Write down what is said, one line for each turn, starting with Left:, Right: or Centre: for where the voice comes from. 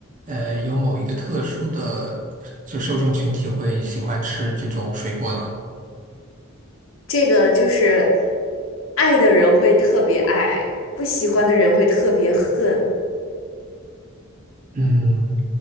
Right: 呃有某一个特殊的就受众群体会喜欢吃这种水果呢？
Left: 这个，就是爱的人会特别爱，不喜欢的人会特别恨。
Right: 嗯，